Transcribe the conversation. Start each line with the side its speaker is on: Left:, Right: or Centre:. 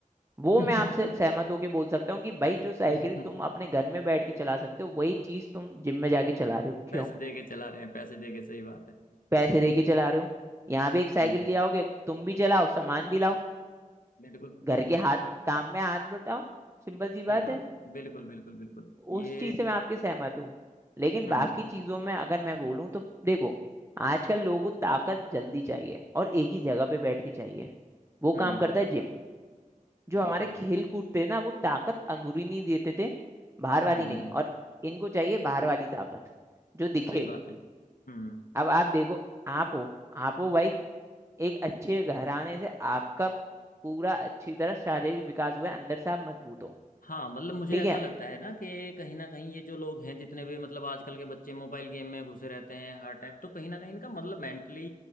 Right: वो
Left: हम्म
Right: मैं आपसे सहमत होके बोल सकता हूँ कि भाई जो साइकिल
Left: <laughs>
Right: तुम अपने घर में बैठ के चला सकते हो वही चीज तुम जिम में जाके चला रहे हो क्यों
Left: पैसे दे के चला रहे हैं पैसे दे के सही बात है
Right: पैसे दे के चला रहे हो यहाँ पे एक साइकिल
Left: हम्म
Right: ले आओगे तुम भी चलाओ सामान भी लाओ
Left: बिल्कुल
Right: घर के हाथ काम में हाथ बटाओ सिंपल सी
Left: सही
Right: बात
Left: बात
Right: है
Left: है बिल्कुल बिल्कुल बिल्कुल ये
Right: उस चीज से मैं आपके सहमत हूँ लेकिन
Left: हम्म
Right: बाकी चीजों में अगर मैं बोलूँ तो देखो आजकल लोगों को ताकत जल्दी चाहिए और एक ही जगह पे बैठ के चाहिए वो
Left: हम्म
Right: काम करता है जिम जो
Left: बिल्कुल
Right: हमारे खेल कूद थे ना वो ताकत अंदरूनी नहीं देते थे बाहर
Left: हम्म
Right: वाली नहीं और इनको चाहिए बाहर वाली ताकत जो दिखे
Left: सही बात है हम्म
Right: अब आप देखो आप हो आप हो भाई एक अच्छे घराने से आपका पूरा अच्छी तरह शारीरिक विकास हुआ है अंदर से आप मजबूत हो
Left: हाँ मतलब मुझे
Right: ठीक
Left: ऐसा
Right: है
Left: लगता है ना कि कहीं ना कहीं ये जो लोग हैं जितने भी मतलब आजकल के बच्चे मोबाइल गेम में घुसे रहते हैं हर टाइम तो कहीं ना कहीं इनका मतलब मेंटली